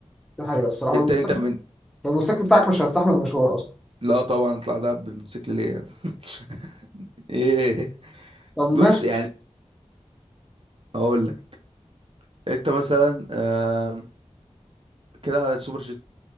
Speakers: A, in the centre; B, on the right (about 50°).
A: دي حقيقة الصراحة
B: انت
A: الموتوسيكل
B: انت من
A: الموتوسيكل بتاعك مش هيستحمل المشوار أصلا،
B: لا طبعا اطلع دهب بالموتوسيكل ليه يعني؟ <laughs> ايه
A: طب ماشي
B: بص يعني اقول لك انت مثلا آه كده سوبر جيت